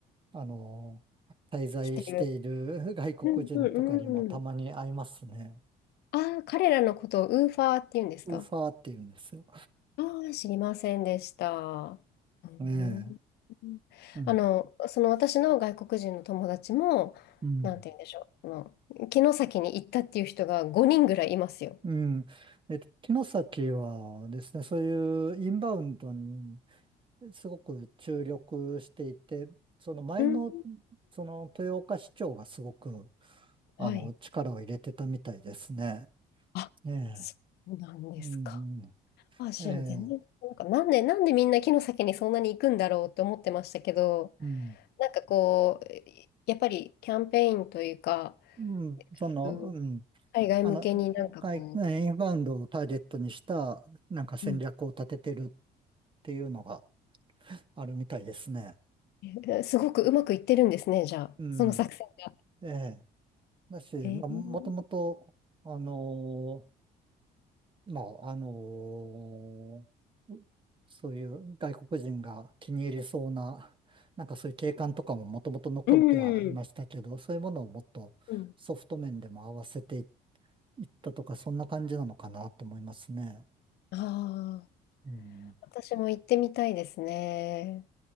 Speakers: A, on the right (about 30°); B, on the left (about 70°).
A: あの、滞在している
B: 来てる。
A: <laughs> 外国人とかにもたまに会いますね。
B: うん、うん、うん。ああ、彼らのことをウーファーって言うんですか
A: ウーファーって言うんですよ。
B: ああ、知りませんでした。うん
A: ええうん。
B: あの、その私の外国人の友達も、
A: うん。
B: なんて言うんでしょう、あの、城崎に行ったっていう人が5人ぐらいいますよ。
A: うん。えっと、城崎はですね、そういうインバウンドにすごく注力していて、その前の、
B: うん
A: その豊岡市長がすごく、
B: はい。
A: あの、力を入れてたみたいですね。
B: あ、
A: ええ。
B: そうなんですか。
A: うん、う
B: あ、知る、
A: ん。え
B: 全然、
A: え。
B: なんか、なんで、なんでみんな城崎にそんなに行くんだろうって思ってましたけど、
A: うん。
B: なんかこう、やっぱりキャンペーンというか、
A: うん。その、
B: うん
A: うん。
B: 海外向けになんかこ
A: あの、外インバウンドをターゲットにした、なんか戦略を立ててるっ
B: う、
A: ていうのがあるみたいですね。
B: えーすごくうまくいってるんですね、じゃあ、
A: うん。
B: その作戦が。
A: ええ。だし、
B: えー、
A: まあ、もともと、あのーまあ、あのーそういう外国人が気に入りそうな、なんかそういう景観とかももともと残ってはいましたけど、
B: うん。
A: そういうものをもっとソフト面でも合わせてい
B: うん。
A: ったとか、そんな感じなのかなと思いますね。
B: ああ、
A: うん
B: 私も行ってみたいですね。